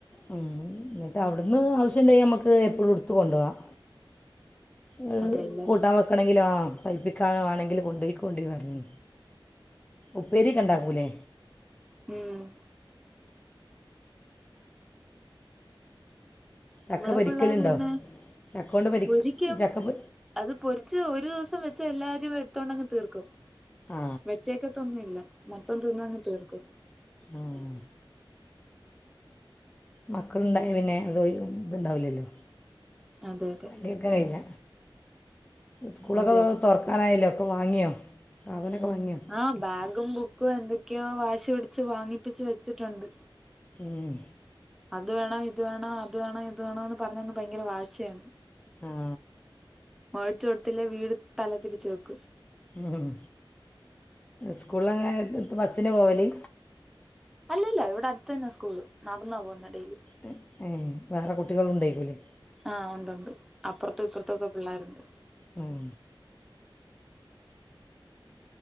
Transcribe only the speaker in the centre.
അതെല്ലേ
ഉം
ഇവിടെ
പിള്ളര് പിന്നെ
പൊരിക്കും
അത് പൊരിച്ച് ഒരു ദിവസം വെച്ചാ എല്ലാരും എടുത്തോണ്ട് അങ്ങ് തീർക്കും
വെച്ചേക്കത്ത് ഒന്നുവില്ല മൊത്തം തിന്നങ്ങ് തീർക്കും
അതെ അതെ
അതെ അതെ
ആഹ് ബാഗും ബുക്കും എന്തൊക്കെയോ വാശി പിടിച്ച് വാങ്ങിപ്പിച്ച് വെച്ചിട്ടുണ്ട്
അത് വേണം ഇത് വേണം അത് വേണം ഇത് വേണോ എന്ന് പറഞ്ഞങ്ങ് ഭയങ്കര വാശിയാണ്
മേടിച്ചു കൊടുത്തില്ലേ വീട് തല തിരിച്ച് വെക്കും
അല്ലല്ല ഇവിടെ അടുത്ത് തന്നെ സ്കൂള് നടന്നാ പോവുന്നെ ഡെയിലി
ആഹ് ഒണ്ട് ഒണ്ട് അപ്പൊറത്തും ഇപ്പൊറത്തും ഒക്കെ പിള്ളേരുണ്ട്